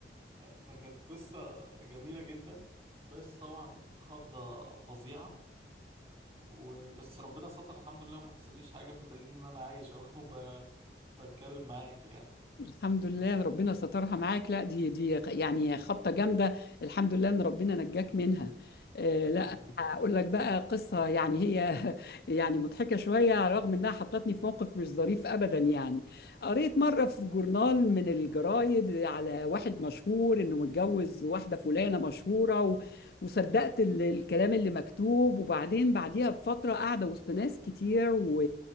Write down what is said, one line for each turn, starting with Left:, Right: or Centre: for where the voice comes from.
Right: فكانت قصة جميلة جدا بس طبعا خضة فظيعة وبس ربنا ستر الحمد لله وما حصليش حاجة بدليل إن أنا عايش أهو <laughs> ب... بتكلم معاك يعني
Left: الحمد لله ان ربنا سترها معاك لا دي دي يعني خبطه جامده الحمد لله ان ربنا نجاك منها آه لا
Right: الحمد
Left: هقول لك بقى قصه يعني هي <laughs> يعني مضحكه شويه رغم انها حطتني في موقف مش ظريف ابدا يعني قريت مره في جورنال من الجرايد على واحد مشهور انه متجوز واحده فلانه مشهوره و... وصدقت ال- الكلام اللي مكتوب وبعدين بعديها بفتره قاعده وسط ناس كتير و